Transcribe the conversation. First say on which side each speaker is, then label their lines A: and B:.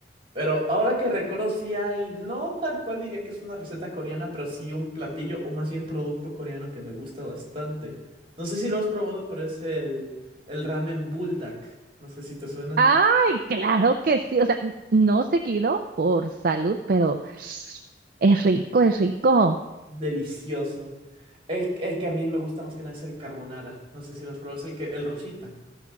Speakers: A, on the right; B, on the right.
A: Pero ahora que recuerdo, sí hay, no tal cual diría que es una receta coreana, pero sí un platillo o más bien producto coreano que me gusta bastante. No sé si lo has probado, pero es el, el ramen buldak. No sé si te suena.
B: Ay, claro que sí. O sea, n- no seguido por salud, pero es rico, es rico.
A: Delicioso. El, el que a mí me gusta más que nada es el carbonara. No sé si lo has probado, es el que, el rosita.